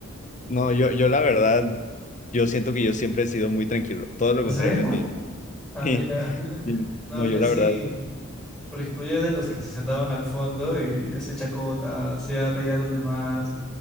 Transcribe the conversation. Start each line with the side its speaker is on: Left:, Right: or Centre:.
Left: no, yo, yo la verdad, yo siento que yo siempre he sido muy tranquilo, todo lo
Centre: no
Left: contrario
Centre: sé.
Left: a ti. <laughs>
Centre: Ah,
Left: Sí,
Centre: mira. <laughs>
Left: sí,
Centre: No,
Left: No,
Centre: yo
Left: yo la
Centre: sí...
Left: verdad,
Centre: Por ejemplo, yo era de los que se sentaban al fondo y hacía chacota, hacía reír a los demás.